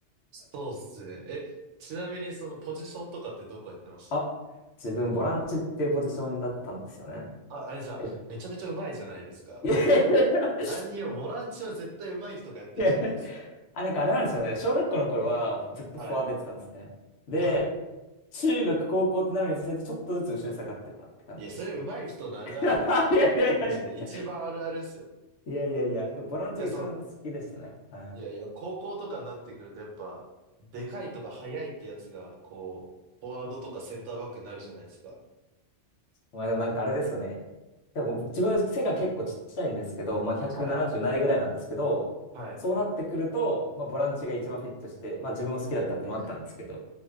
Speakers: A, on the right (about 85°); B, on the left (about 70°).
A: そうっすね。え、ちなみにそのポジションとかってどこやってました
B: あ、自分ボランチっていうポジションだったんですよね。
A: あ、あれじゃあ、
B: え
A: めちゃめちゃ上手いじゃないですか。
B: いやいや <laughs> い
A: 何を、ボランチは絶対上手い人がやってるじゃないですか。
B: やいやいやあ、なんかあれなんですよね。小学校の頃はずっとフォワードやってたんですね。
A: はい。
B: で、
A: はい。
B: 中学、高校ってなるにつれてちょっとずつ後ろに下がってたって感じです。
A: いや、それ上手い人のあるあるですよ。
B: いやいやいや
A: マジで、一番あるあるですよ。
B: いやいやいやいや、でもボランチが一番好きでしたね。
A: いや、その
B: はい。
A: いやいや、高校とかになってくるとやっぱ、でかいとか速いってやつが、こう、フォワードとかセンターバックになるじゃないですか。
B: まあでもなんかあれですよね。でも自分背が結構ちっちゃいんですけど、まあ170ななじゅうないぐらいなんですけど、
A: はい。はい。
B: そうなってくると、まあボランチが一番フィットして、まあ自分も好きだったってのもあったんですけど。
A: いやいや、